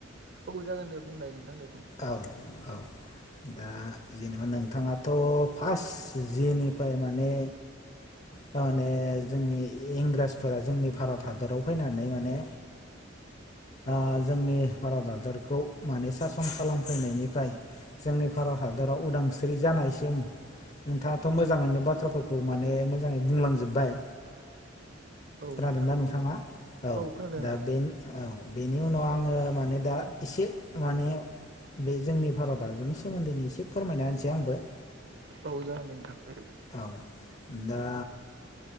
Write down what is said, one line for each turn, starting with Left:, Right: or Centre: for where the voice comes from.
Right: औ जागोन दे बुंलाय नोंथां दे बुं।
Left: औ औ। ओ जेनेबा नोंथाङाथ' फास जेनिफाय माने तामाने जोंनि इंराजफोरा जोंनि भारत हादराव फैनानै माने ओ जोंनि भारत हादरखौ माने सासन खालामफैनायनिफ्राय जोंनि भारत हादराव उदांस्रि जानायसिम नोंथाङाथ' मोजाङैनो बाथ्राफोरखौ माने मोजाङै बुंलांजोबबाय
Right: <inaudible>
Left: खोनादोंना
Right: नोंथां
Left: नोंथाङा औ
Right: खोनादों नोंथां
Left: दा बेनो औ‌‌। बेनि उनाव आङो माने दा एसे माने बे जोंनि भारत हादरनि सोमोन्दैनि एसे फोरमायना होनसै आंबो।
Right: औ जागोन दे नोंथां उम।
Left: औ दा